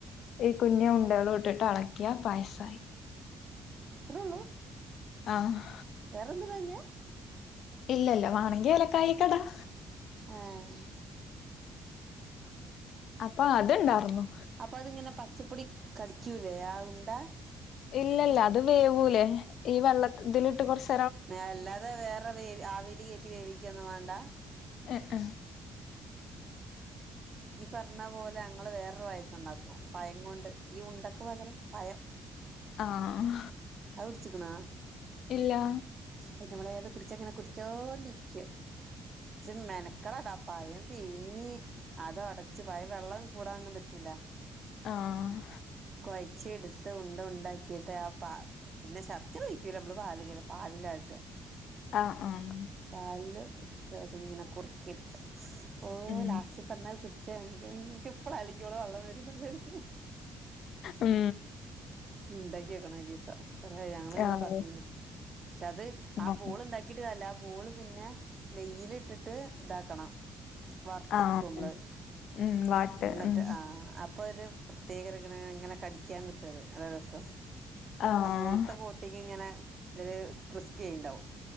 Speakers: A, on the left; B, on the right.
A: ഈ കുഞ്ഞ് ഉണ്ടകളും ഇട്ടിട്ട് എളക്കിയ പായസമായി
B: ഇത്രെളളു
A: ആഹ്
B: വേറൊന്നും ഇടാഞ്ഞേ
A: ഇല്ല ഇല്ല വാണെങ്കി ഏലക്കായെക്കെ ഇടാം
B: ആഹ്
A: അപ്പൊ അത്ണ്ടാർന്നു
B: അപ്പൊ അതിങ്ങനെ പച്ചപ്പൊടി കടിക്കൂലേ ആ ഉണ്ടാ
A: ഇല്ലല്ല. അത് വേവൂലെ. ഈ വെള്ള ഇതിലിട്ട് കൊറച്ച്
B: അല്ലാതെ വേറെ വേവി ആവില് കേറ്റി വേവിക്കൊന്നും വാണ്ട.
A: എഹ് എഹ്
B: ഈ പറഞ്ഞ പോലെ ഞങ്ങള് വേറൊരു പായസം ഇണ്ടാക്കും. പഴം കൊണ്ട് ഈ ഉണ്ടക്ക് പകരം പഴം.
A: ആഹ്
B: അത് കുടിച്ചിക്ക്ണാ.
A: ഇല്ല
B: ഔന്റെവെളേ അത് കുടിച്ചങ്ങനെ കുടിച്ചോണ്ടിരിക്ക്യും. ഇജ്ജ് മെന ക്കളടാ പയം പിഴിങ്ങി അത് ഒടച്ച് പയം വെള്ളം കൂടാനൊന്നും പറ്റില്ല.
A: ആഹ്
B: കൊഴച്ച് ഇടുത്ത് ഉണ്ട ഉണ്ടാക്കിയിട്ട് ആ പ പിന്നെ ശർക്കര ഒഴിക്കൂല. നമ്മള് പാല് ഇങ്ങനെ പാലിലാട്ട.
A: ആഹ് ആഹ്
B: പാലില് ഇട്ടിട്ട് അതിങ്ങനെ കുറുക്കി ഇടുക്കി ഓ
A: ഉം
B: ലാസ്റ്റ് തന്നത് കുടിച്ചാണെങ്കി ഇൻക്ക് ഇപ്പളും ആലോയ്ക്കുമ്പളും വെള്ളം വരുന്നു.
A: ഉം
B: ഉണ്ടാക്ക്യാേക്കണം ഒരീസം. ഞങ്ങള് ഇങ്ങനെ
A: ആഹ്
B: പറഞ്ഞീന്. പക്ഷെ അത് ആ
A: ആഹ്
B: ബോൾ ഇണ്ടാക്കി ക്കിട്ട് കാര്യല്ല. ആ ബോള് പിന്നെ നെയ്യിലിട്ടിട്ട് ഇതാക്കണം. വറ്ത്ത്
A: ആഹ്
B: ഇടുക്കും അമ്മള്.
A: ഉം വാട്ട്
B: ഇന്നട്ട്
A: ഉം
B: ആഹ് അപ്പൊ ഒര് പ്രത്യേകരങ്ങനെ ഇങ്ങനെ കടിക്കാൻ കിട്ടു അത്. നല്ല രസ.
A: ആഹ്
B: ആ മോൾത്തെ കോ ട്ടിങ്ങിങ്ങനെ ഒരു ക്രിസ്പിയായിണ്ടാവും.